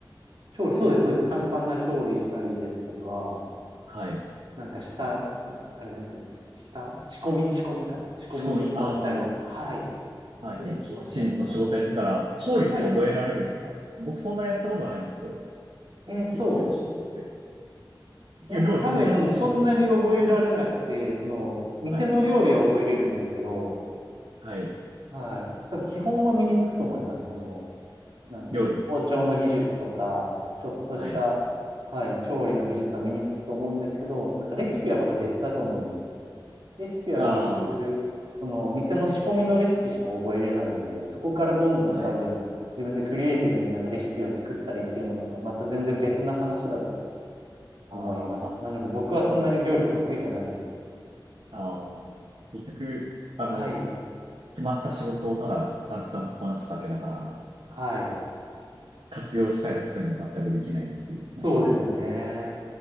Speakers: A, on the right (about 70°); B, on the right (about 85°).
A: 調理、そうです、そうです。簡単な調理したりですとか、
B: はい。
A: なんか下、あれなんていうんですかね、下仕込み仕込みか。仕込みちょっとしたりとか、
B: 仕込み、ああ、
A: はい。
B: はい。
A: そういうの少しやってましたね。
B: え、キッチンの仕事やってから、調理って覚えられるんですか僕そんなやったことないんですよ。
A: はい。えっと、
B: キッチンの仕事って。
A: いや、
B: 料理得意だったりしますうん。
A: 多分そんなに覚えられなくて、その、店の料理は覚えれるんですけど、
B: はい。はい。
A: はい。多分基本は身につくと思います。その、なんか、
B: 料理の。
A: 包丁の技術とか、ちょっとした、
B: はい。
A: はい、調理の技術は身につくと思うんですけど、なんかレシピはまた別だと思うんですね。レシピは結局、
B: ああ。
A: その店の仕込みのレシピしか覚えれないので、そこからどんどん多分自分でクリエイティブになんかレシピを作ったりっていうのはなんかまた全然別な話だと
B: はい。あー、
A: 思います。
B: まあ、
A: なので僕はそんなに料理得意じゃないです。
B: そうですよね。あー、結局、あの、
A: はい。
B: 決まった仕事をただ淡々とこなすだけだから、
A: はい。
B: 活用したりとかそういうの全くできないっていう感じに。
A: そうですね。